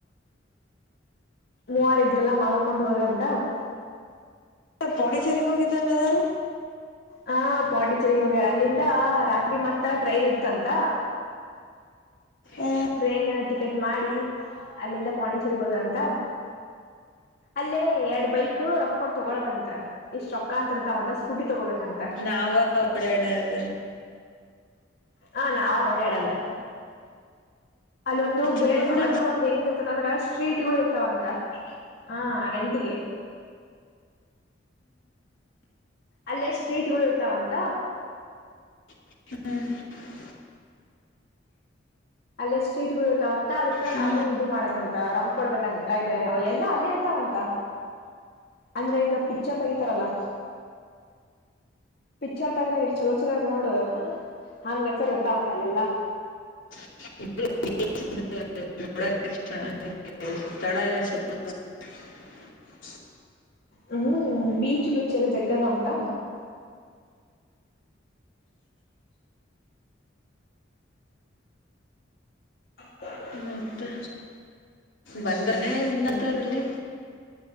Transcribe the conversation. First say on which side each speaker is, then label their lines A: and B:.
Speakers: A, on the left; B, on the left.
A: ಮೂವಾರ ಇದ್ರಲ್ಲಾ ಮಾತಾಡ್ಕೊಂಡ್ ಹೋದ್ರಂತ
B: ಪೋಂಡಚೇರಿಗ್ ಹೋಗಿದ್ದಂಗ ಅದಾರ
A: ಹ ಪಾಂಡಿಚೆರಿಗ್ ಹೋಗ್ಯಾರ ಅಲ್ಲಿಂದ ರಾತ್ರಿ ಮತ್ತ ಟ್ರೈನ್ ಇತ್ತಂತ.
B: ಆ,
A: ಟ್ರೇನ್ ಟಿಕೆಟ್ ಮಾಡಿ ಅಲ್ಲಿಂದ ಪಾಂಡಿಚೇರಿಗೆ ಹೋದ್ರಂತ. ಅಲ್ಲೇ ಎರಡ್ ಬೈಕ್ ರೊಕ್ಕ ಕೊಡ ತಗೊಳದಂತ ಇಷ್ಟ್ ರೊಕ್ಕ ಅಂತಿರ್ತಾವಂತ ಸ್ಕೂಟಿ ತಗೋಬೇಕಂತ
B: ನಾವ ಓಡಾಡೋದು
A: ಹ ನಾವ್ ಓಡಾಡದು ಅಲ್ಲೊಂದು
B: ಚಲೋ
A: ಬ
B: ಬಿಡ
A: ಅದು ಒಂದ ಹೆಂಗ ಇರ್ತದ ಅಂದ್ರೆ ಸ್ಟ್ರೀಟ್ಗಳು ಇರ್ತಾವಂತ, ಹಾ ರಂಟಿಗೆ ಅಲ್ಲೇಷ್ಟ ಸ್ರೀಟ್ಗಳು ಇರ್ತಾವಂತ,
B: <inaudible>
A: ಅಲ್ಲ ಸೀಟ್ ಗತಾವಂತ ಅದಕ್ಕ
B: ಹಾ
A: ನಾವು ಇದು ಮಾಡದಂತ ರೊಕ್ಕ ಕೊಡ್ಬೇಕಂತ ಇದೆ ಎಲ್ಲ ಅಲ್ಲೇ ಇರ್ತಾವಂತ. ಅಂದ್ರೆ ಈಗ ಪಿಕ್ಚರ್ ತಗಿತಾರಲ್ಲ. ಪಿಕ್ಚರ್ ತಗದಾಗ, ಎಷ್ಟಲೋಚದ ಆಯತ ನೋಡದು. ಹಂಗ ಚಲೊ ಇರ್ತ್ತಾವಂತ ಅಲ್ಲೆಲ್ಲಾ.
B: <unintelligible> <unintelligible>
A: ಹ್ಮ್ ಬೀಚ್ ಬೀಚ್ ಎಲ್ಲ ಜಗ್ಗದ ಅಂತ, ಹ
B: ಮತ್ತೆ ಬಂದ್ರನೆೇ ಇನ್ನ, ಅದಾರಲ್ಲಿ